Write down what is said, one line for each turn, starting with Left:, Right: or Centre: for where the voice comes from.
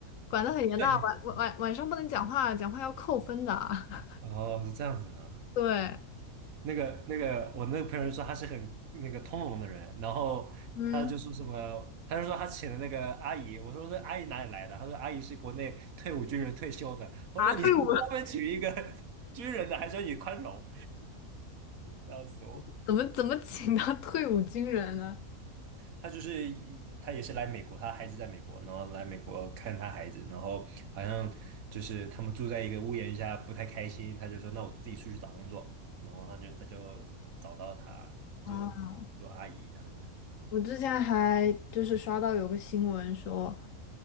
Left: 管得很严的，
Right: 对，
Left: 晚晚晚晚上不能讲话，讲话要扣分的。<laughs>
Right: 哦，是这样子的。
Left: 对，
Right: 那个那个，我那个朋友说他是很那个通融的人，然后他就说什么，
Left: 嗯，
Right: 他就说他请的那个阿姨，我说这阿姨哪里来的？他说阿姨是国内退伍军人退休的。我说你你专门娶一个
Left: 啊，退伍
Right: <laughs> 军人的，还说你宽容，笑死我。
Left: <laughs> 怎么怎么请他退伍军人呢？
Right: 他就是他也是来美国，他孩子在美国，然后来美国看他孩子，然后好像就是他们住在一个屋檐下，不太开心，他就说那我自己出去找工作，然后他就他就找到他做做阿姨这样子
Left: 啊，我之前还就是刷到有个新闻说，